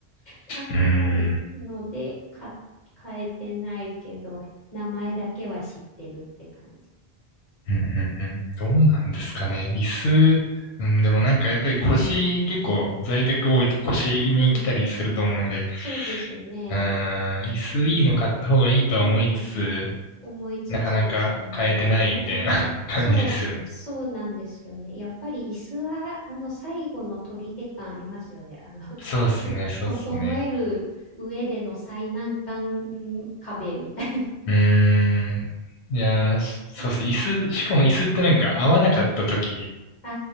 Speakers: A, on the left; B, on the left.
A: 高いので買買えてないけど名前だけは知ってるって感じ。
B: うーん。うんうんうんどうなんですかね。椅子、
A: うん、
B: うん、でもなんかやっぱり腰、結構在宅多いと腰に来たりすると思うんで、
A: うん、そうですね。
B: うーん、椅子いいの買った方がいいとは思いつつ、
A: うん、でも思いつつですよね。
B: なかなか買えてないみたいな
A: はそう、
B: <laughs> 感じですよね。
A: いそうなんですよね。やっぱり椅子は、あの、最後の砦感ありますよね。あの、
B: そうですね、
A: <laughs>
B: そうですね。
A: 整える上での最難関、うん壁みたい
B: うーん。いやー、しそうですね。
A: な。
B: 椅子、しかも椅子ってなんか合わなかった時
A: あ